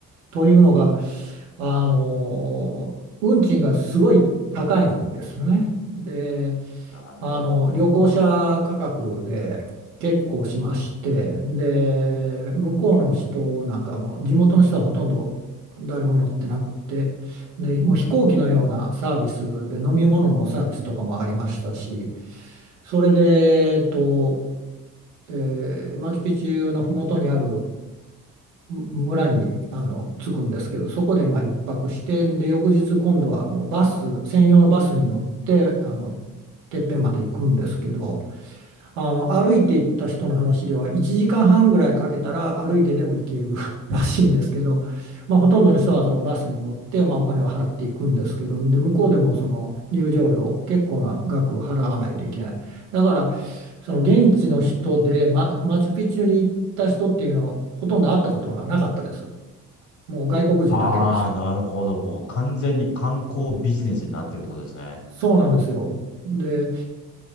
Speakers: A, on the right; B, on the left.
A: というのが、あの、運賃がすごい高いんですね。で、
B: なるほど。
A: あの旅行者価格で結構しましてで向こうの人なんかも地元の人はほとんど誰も乗ってなくてでもう飛行機のようなサービスで飲み物のサービスとかもありましたし
B: うん
A: それで、えっとえーマチュピチュの麓にあるむ村にあの着くんですけどそこでまあ一泊してで翌日今度はあのバス専用のバスに乗ってあのてっぺんまで行くんですけど。あの、歩いて行った人の話では1時間半ぐらいかけたら歩いてでも行ける <laughs> らしいんですけど、まあ、ほとんどの人はそのバスに乗って、まあ、お金を払っていくんですけど、で、向こうでもその入場料結構な額払わないといけない。だから、その現地の人で、ま、マチュピチュに行った人っていうのはほとんど会ったことがなかったです。もう外国人だけでした。
B: ああ、なるほど。もう完全に観光ビジネスになってるってことですね。
A: そうなんですよ。で、